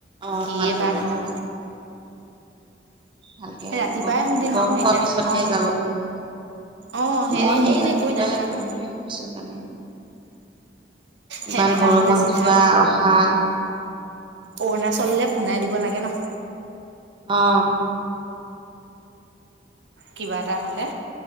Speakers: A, on the right; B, on the right.
A: অ',
B: কিয়ে
A: মাতিয়ে
B: বা
A: বনাবা
B: কয়।
A: ভালকে
B: ৰাতিপুৱাই
A: গম
B: সুধিম
A: গম
B: আৰু
A: পোৱা
B: এতিয়া
A: পিছতে
B: অ',
A: যাব পাৰো।
B: অ', হেৰি
A: মই
B: এনেই
A: সেই
B: এনেই
A: ৰাতিপুৱাই
B: গৈ নাথাকো
A: কৰিম বুলি ভাবিছো সেইকাৰণে।
B: সেনেকা
A: ইমান গৰমত
B: হ'লে চিধা
A: যোৱা অহা
B: অৰুণাচললৈ পুনাই দিব লাগে ন।
A: অ'।
B: কিবা এটা হ'লে,